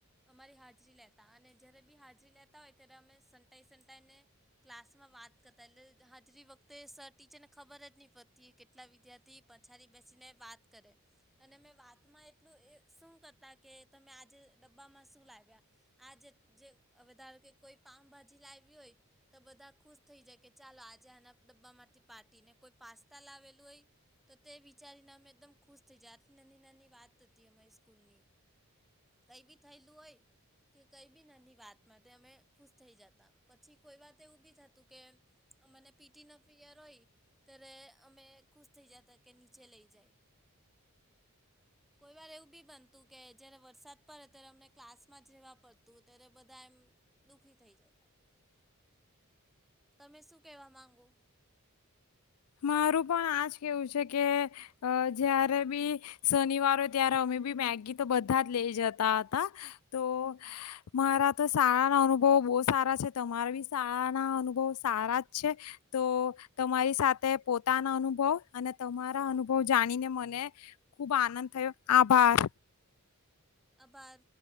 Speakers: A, in the centre; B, on the left (about 80°).
A: અમારી હાજરી લેતા અને જ્યારે બી હાજરી લેતા હોય ત્યારે અમે સંટાઈ સંટાઈને ક્લાસમાં વાત કરતા એટલે હાજરી વખતે સર ટીચરને ખબર જ નહી પડતી કેટલા વિદ્યાર્થી પછાડી બેસીને વાત કરે અને મેં વાતમાં એટલું શું કરતા કે તમે આજે ડબ્બામાં શું લાવ્યા આજ જે વધારો કે કોઈ પાઉભાજી લાવ હોય તો બધા ખુશ થઈ જાય કે ચાલો આજે આના ડબ્બામાંથી પાર્ટટી ને કોઈ પાસ્તા લાવેલું હોય તો તે વિચારીને અમે એકદમ ખુશ થઈ જાય આ નાની નાની વાત હતી અમારી સ્કૂલની કઈ બી થયેલું હોય કે કઈ બી નાની વાત માટે અમે ખુશ થઈ જતા પછી કોઈ વાત એવું બી થ ને પીટી ન પયર હોય ત્યારે અમે ખુશ થઈ જતા કે નીચે લઈ જાય કોઈ વાર એવું બી બનતું કે જારે વરસાદ પડે ત્યારે અમને ક્લાસમાં જ રહેવા પડતું ત બધા એમ દુખી થઈ જતા. તમે શું કહેવા માંગો.
B: મારું પણ આજ કેવું છે કે જયારે બી શનિવારોય ત્યારે અમે બી મેગી તો બધા જ લઈ જતા હતા તો મારા તો શાળા ના અનુભવ બહુ સારા છે તમારા બી શાળા ના અનુભવ સારા જ છે તો તમારી સાથે તે પોતાના અનુભવ અને તમારા અનુભવ જાણીને મને ખુબ આનંદ થયો આભાર.
A: આભાર.